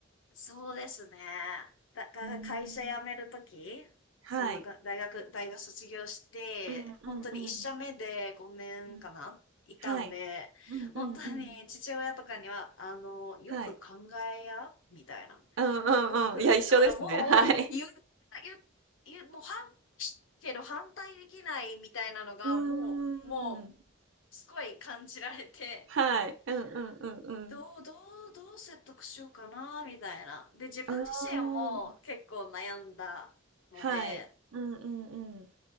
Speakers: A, on the left; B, on the right.
A: そうですね。だから会社辞めるとき、
B: うん。はい。
A: そのが大学、大学卒業して、
B: うんうんうん。
A: 本当に一社目で5年かないたんで、
B: うん。はい。うんうんうん。
A: 本当に父親とかには、あの、よく考えや、
B: はい。
A: みたいな。
B: うんうんうん。
A: もうよく、
B: いや、一緒ですね。
A: あの、もう言う、
B: はい。
A: 言う、言う、もう反、けど反対できないみたいなのが、
B: うーん。
A: もう、もう、すごい感じられて、
B: はい。うんうんうん
A: どう、どう、どう説得しようかな、みたいな。で、自分自身も結構悩んだので、
B: うん。うーん。はい。うんうんうん。